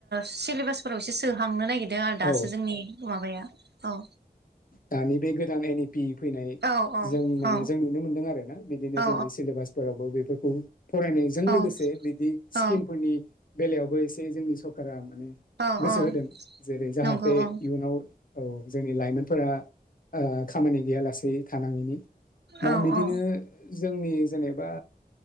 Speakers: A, on the right; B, on the left.
A: सिलेबासफोराव एसे सोहांनो नागिर दो आरो दासो
B: औ
A: जोंनि माबाया औ।
B: दानि बे गोदान एनि बि फैनाय
A: औ औ
B: जों माने
A: औ
B: जों नुनो मोनदों आरोना बिदिनो
A: औ
B: जोंनि सिलेबासफोरावबो बेफोर खौ फरायनायजों
A: औ
B: लोगोसे बिदि स्किलफोरनि
A: औ
B: बेलायावबो एसे जोंनि सरकारा माने
A: औ
B: गोसो
A: औ
B: होदों जेरै जाहाथे
A: नंगौ औ
B: इयुनाव औ जोंनि लाइमोन फोरा आ खामानि गैया लासै थानांयिनि दा
A: औ
B: बिदिनो
A: औ
B: जोंनि जेनेबा